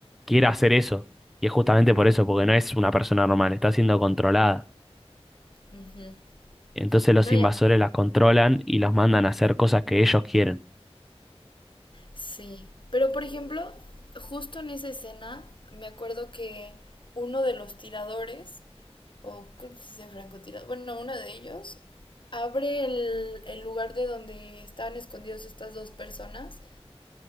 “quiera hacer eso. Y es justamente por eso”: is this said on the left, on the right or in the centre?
Centre